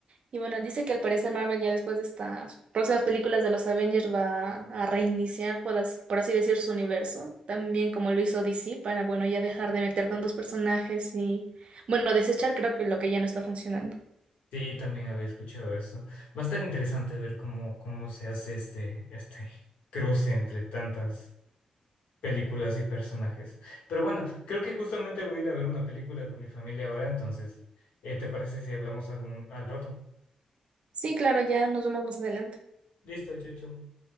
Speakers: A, on the right; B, on the left.
A: Y bueno, dice que al parecer Marvel ya después de estas próximas películas de los Avengers va a reiniciar, por así, por así decir, su universo, también como lo hizo DC, para bueno, ya dejar de meter tantos personajes y bueno, desechar creo que lo que ya no está funcionando.
B: Sí, también había escuchado eso. Va a estar interesante ver cómo, cómo se hace este, este cruce entre tantas películas y personajes. Pero bueno, creo que justamente voy a ir a ver una película con mi familia ahora, entonces, eh, ¿te parece si hablamos al, mo- al rato?
A: Sí, claro, ya nos vemos más adelante.
B: Listo, chau, chau.